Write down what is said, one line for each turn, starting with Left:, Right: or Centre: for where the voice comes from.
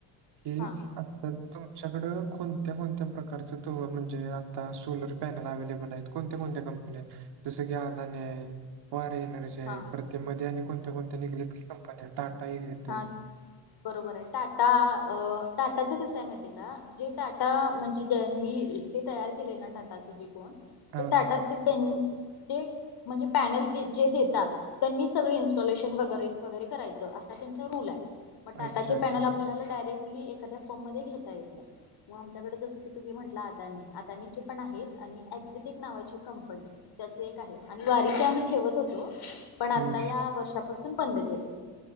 Right: की.
Left: हा
Right: तर तुमच्याकडं कोणत्या कोणत्या प्रकारचं तु म्हणजे, आता सोलर पॅनल अव्हेलेबल आहे. कोणत्या कोणत्या कंपन्या जस की, अदानी वारी एनर्जी.
Left: हा
Right: परत मध्ये त्या कोणत्या कोणत्या कंपन्या निघाल्या आहेत की टाटा येतोय.
Left: हा बरोबर आहे टाटा टाटाचं कसं आहे माहीते का जे टाटा म्हणजे ज्यांनी ते तयार केले ना टाटाचे जे कोण
Right: हां
Left: ते टाटात त्यां ते म्हणजे पॅनल जे देतात त्यांनी सगळ इन्स्टॉलेशन वगैरे वगैरे करायचं. रूल हाय म टाटा
Right: अच्छा
Left: चे
Right: अच्छा
Left: पॅनल आपल्याला डायरेक्टली एखाद्या फॉर्म म घेता येत नायत. मग आमच्याकडे जसं की तुम्ही म्हटलं अदानी अदानीची पण आहेत आणि एक्झिटेक नावाची कंपनी त्याच एक आहे आणि वारीच आम्ही ठेवत होतो पण आता
Right: हं.
Left: या वर्षापासून बंद केलंय.